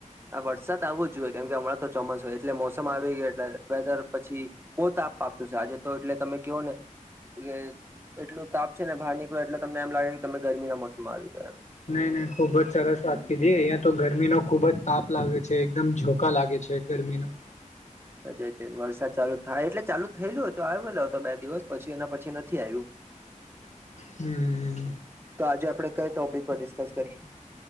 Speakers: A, on the right; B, on the left.
A: આ વરસાદ આવવો જ જોઈએ કેમ કે હમણાં તો ચોમાસુ હોય એટલે મોસમ આવી ગયો વેધર પછી બહુ તાપ આપતું છે આજે તો એટલે તમે કહો ને કે એટલું તાપ છે ને બહાર નીકળ્યો એટલે તમને એમ લાગે કે તમે ગરમીના મોસમમાં આવી ગયો એમ
B: હું ખુબ જ સરસ વાત કીધ અહિયાં તો ગરમી નો ખુબ જ તાપ લાગે છે એકદમ જોકા લાગે છે ગરમી ના
A: એજ વરસાદ ચાલુ થાય એટલે ચાલુ થયેલું હતું આવેલો હતો બે દિવસ પછી એના પછી નથી આવ્યું <inaudible>
B: હમ.
A: તો આજે આપણેે કઈ ટોપિક પર ડિસ્કસ કરીએ